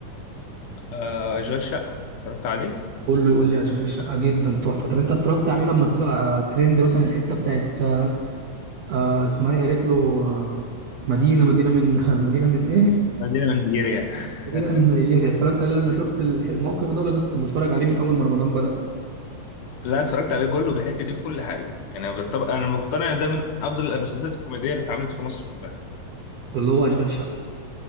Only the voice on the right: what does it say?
قول له يقول لي أشغال شقة جدا تحفة طب أنت اتفرجت عليه لما طلع آه، ترند مثلا الحتة بتاعت آه، آه، اسمها ايه قالت له آه، مدينة مدينة من <laughs> مدينة من ايه
كبيرة من نيجيريا اتفرجت عليه لما شفت الح- الموقف ده ولا انت متفرج عليه من اول ما رمضان بدأ
اللي هو اشغال شقة